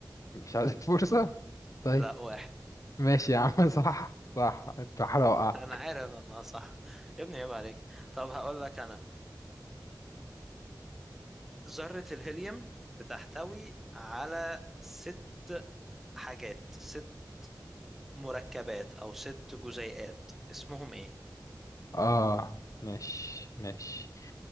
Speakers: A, on the left (about 50°); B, in the centre.
A: مش عايزك <laughs> فرصة طيب
B: لا واحد
A: ماشي يا عم <laughs> صح صح كنت بحاول
B: <laughs>
A: اوقع
B: أنا عارف أنا صح يا ابني عيب عليك طب هقول لك أنا ذرة الهيليوم بتحتوي على ست حاجات ست مركبات أو ست جزيئات اسمهم إيه؟
A: اه ماشي ماشي